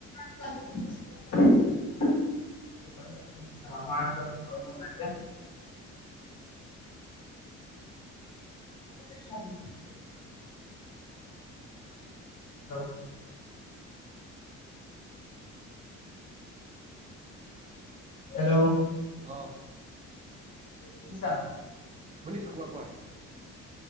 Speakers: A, on the left (about 85°); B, on the right (about 25°).
A: <unintelligible> Hello hello? হেল্ল?
B: অ।
A: শুনিছা?
B: শুনিছো কোৱা কোৱা?